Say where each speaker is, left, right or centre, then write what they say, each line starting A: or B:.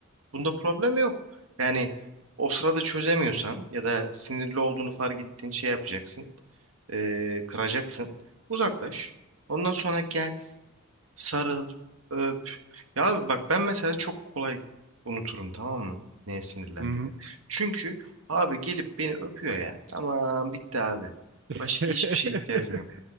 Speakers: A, on the right; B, on the right.
A: Bunda problem yok. Yani o sırada çözemiyorsan ya da sinirli olduğunu fark ettiğin şey yapacaksın. Ee, kıracaksın. Uzaklaş. Ondan sonra gel, sarıl, öp. Ya abi bak ben mesela çok kolay unuturum tamam mı? Neye sinirlendiğimi.
B: Hı hı.
A: Çünkü abi gelip beni öpüyor ya. Tamam bitti abi.
B: <laughs>
A: Başka hiçbir şeye ihtiyacım yok.